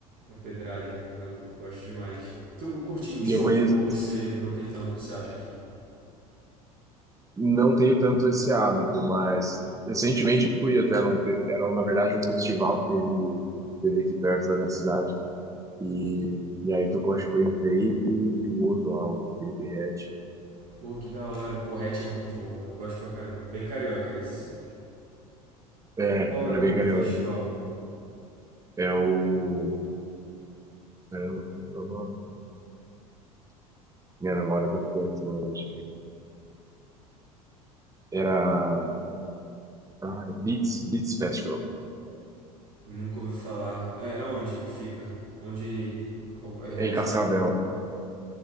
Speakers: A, on the right (about 50°); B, on the right (about 15°).
A: É pedrada, eu gosto demais. Tu curte em
B: E
A: show
B: eu conheço,
A: ou você não tem tanto esse hábito?
B: não tenho tanto esse hábito, mas recentemente fui até num, fe- era na verdade um festival que teve, teve aqui perto da minha cidade. E, e aí tocou, acho que foi o Veig e o outro lá, o Felipe Rett.
A: Pô, que da hora. Pô, Hatch é muito bom. Eu gosto pra caramba. Bem carioca esse.
B: É,
A: Qual
B: ele
A: é o
B: é bem carioca.
A: festival
B: É o. Caramba, como que é o nome? Minha memória tá péssima hoje. Era. Ai, Beats, Beats Festival,
A: Nunca ouvi falar. É, é onde que fica? Onde é realizado?
B: É em Cascavel.